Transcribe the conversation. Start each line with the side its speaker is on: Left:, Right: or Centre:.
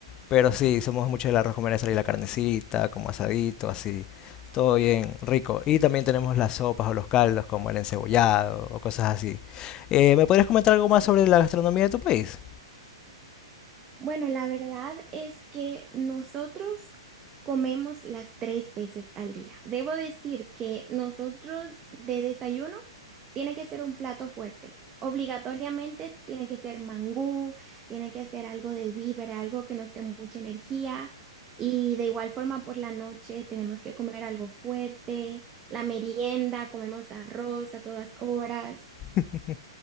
Left: pero sí, somos mucho del arroz con menestra y la carnecita, como asadito, así, todo bien rico. Y también tenemos las sopas o los caldos como el encebollado o cosas así. Eh, ¿me podrías comentar algo más sobre la gastronomía de tu país?
Right: Bueno, la verdad es que nosotros comemos las tres veces al día. Debo decir que nosotros de desayuno tiene que ser un plato fuerte. Obligatoriamente tiene que ser mangú, tiene que ser algo de víbora, algo que nos dé mucha energía. Y de igual forma por la noche tenemos que comer algo fuerte. La merienda, comemos arroz a todas horas.
Left: <laughs>